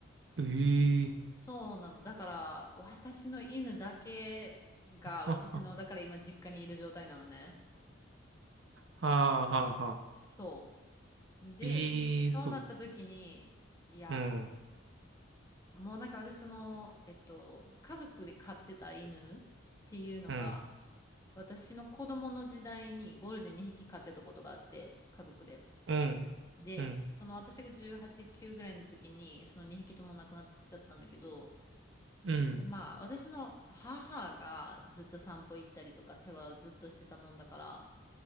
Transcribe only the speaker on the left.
そうなの。だから、私の犬だけが、私の、
だから今実家にいる状態なのね。
そう。で、
そうなった時に、いや、
もうなんか私その、えっと、家族で飼ってた犬っていうのが、
私の子供の時代にゴールデン2匹飼ってたことがあって、家族で。
で、
その私が18、9ぐらいの時に、その2匹とも亡くなっちゃったんだけど、
でまあ、私の母がずっと散歩行ったりとか世話をずっとしてたもんだから、